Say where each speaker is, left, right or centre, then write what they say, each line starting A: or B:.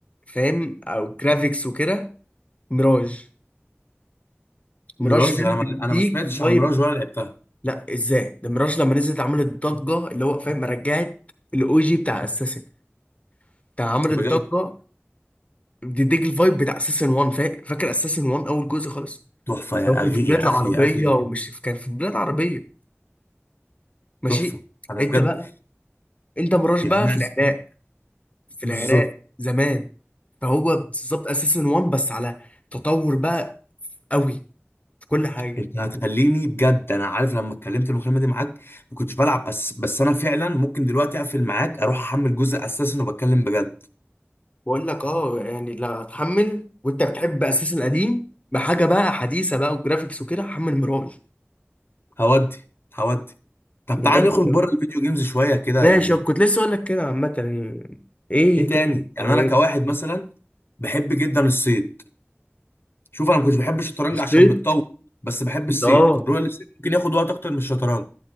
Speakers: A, on the left; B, on the left.
A: فاهم او جرافيكس وكده ميراج ميراج
B: ميراج
A: فاهم
B: انا ما
A: بتديك
B: انا ما سمعتش
A: فايب
B: عن ميراج ولا لعبتها
A: لا ازاي ده ميراج لما نزلت عملت ضجه اللي هو فاهم رجعت الاو جي بتاع اساسن بتاع عملت
B: بجد
A: ضجه بتديك الفايب بتاع اساسن 1 فا- فاكر اساسن 1 اول جزء خالص
B: تحفة يا
A: لو كان
B: أخي
A: في بلاد
B: يا
A: العربيه
B: أخي يا أخي
A: ومش كان في بلاد عربيه ماشي
B: تحفة أنا
A: انت
B: بجد
A: بقى انت مراش
B: يعني
A: بقى
B: أنا
A: في
B: عايز-
A: العراق في العراق
B: بالظبط
A: زمان فهو بالظبط اساسن وان بس على تطور بقى قوي في كل حاجه
B: أنت هتخليني بجد أنا عارف لما اتكلمت المكالمة دي معاك ما كنتش بلعب بس بس أنا فعلا ممكن دلوقتي أقفل معاك أروح أحمل جزء أساسا وبتكلم بجد
A: بقول لك اه يعني لا هتحمل وانت بتحب اساسن القديم بحاجه بقى حديثه بقى وجرافيكس وكده حمل مراج
B: هودي هودي طب
A: بجد
B: تعالى نخرج بره الفيديو جيمز شوية كده
A: ماشي
B: يعني
A: كنت لسه اقول لك كده عامه يعني ايه
B: إيه تاني
A: تاني
B: يعني
A: هوايات
B: أنا كواحد مثلا بحب جدا الصيد شوف أنا ما كنتش بحب الشطرنج
A: الصيد
B: عشان بتطول بس بحب
A: كنت
B: الصيد
A: اه
B: رؤيا الصيد ممكن ياخد وقت أكتر من الشطرنج